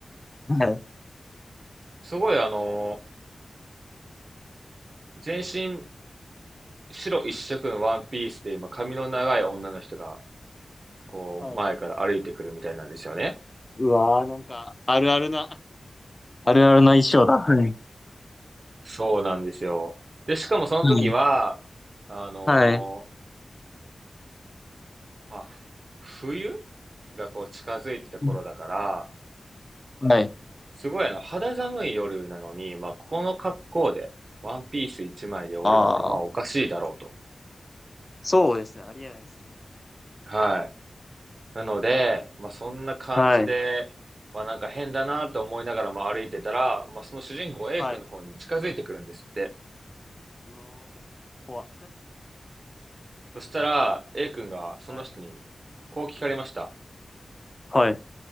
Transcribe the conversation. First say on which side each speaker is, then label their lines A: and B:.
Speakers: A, on the left (about 25°); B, on the right (about 55°).
A: はい。
B: すごいあの全身白一色のワンピースで、今、髪の長い女の人が、こう、
A: はい。
B: 前から歩いてくるみたいなんですよね。
A: うわー、なんか、あるあるな。あるあるな衣装だ。はい。
B: そうなんですよ。で、しかもその時は、
A: うん。
B: あの
A: はい。は
B: ーまあ、ふ冬がこう近づいてた頃だから、
A: いはいはい
B: すごいあの、肌寒い夜なのに、まあ、この格好で、ワンピース一枚で俺なんてまあおかしいだろうと。
A: ああ。そうですね。ありえないですね。
B: はい。なので、まあ、そんな感じで、
A: はい。
B: まあ、なんか変だなと思いながらも歩いてたら、まあ、その主人公 A
A: はい。
B: 君の方に近づいてくるんですって。
A: うわー、怖っ。
B: そしたら
A: <laughs>
B: A 君がその人にこう聞かれました。
A: はい。はい。